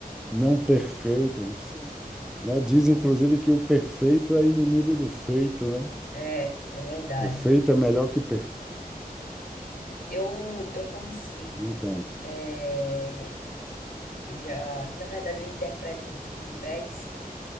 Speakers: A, in the centre; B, on the left.
A: não perfeito, se- né? Diz inclusive que o perfeito é inimigo do feito, né?
B: É, é verdade.
A: O feito é melhor que perfeito.
B: Eu, eu consigo.
A: Então,
B: É, eu já. Na verdade, eu interpreto os feedbacks,